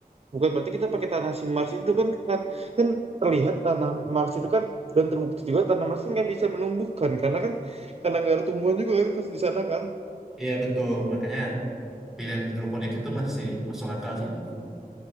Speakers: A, on the right; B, in the centre.
A: bukan berarti kita pakai tanah si Mars itu kan kan, kan terlihat tanah Mars itu kan dan terbukti juga tanah Mars kan nggak bisa menumbuhkan karena kan karena nggak ada tumbuhan juga kan tas di sana kan
B: iya betul makanya pilihan hidroponik itu masih masuk akal sih itu